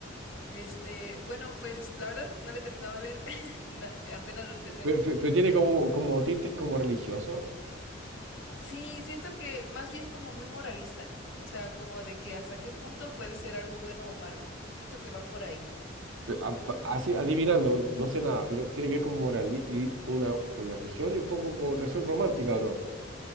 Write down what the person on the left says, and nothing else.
este, bueno, pues la verdad no lo he terminado de leer, <laughs> na- apenas lo empecé.
Eh,
sí, siento que más bien como muy moralista, o sea, como de que hasta qué punto puede ser algo bueno o malo. Siento que va por ahí.